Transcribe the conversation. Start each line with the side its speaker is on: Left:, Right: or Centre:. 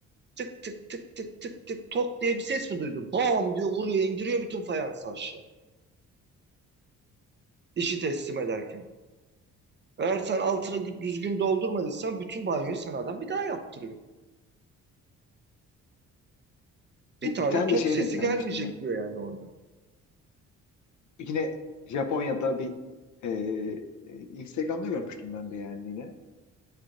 Right: Tık tık tık tık tık tık tok diye bir ses mi duydun? Bam diyor vuruyor indiriyor bütün fayansı aşağı. İşi teslim ederken. Eğer sen altına gü- düzgün doldurmadıysan bütün banyoyu sana adam bir daha yaptırıyor. Bir
Left: Bu
Right: tane
Left: bir tane
Right: tok
Left: de şeye
Right: sesi
Left: denk gelmiştim
Right: gelmeyecek
Left: ben.
Right: diyor yani oradan.
Left: Yine Japonya'da bir e, e, Instagram'da görmüştüm ben de yani yine.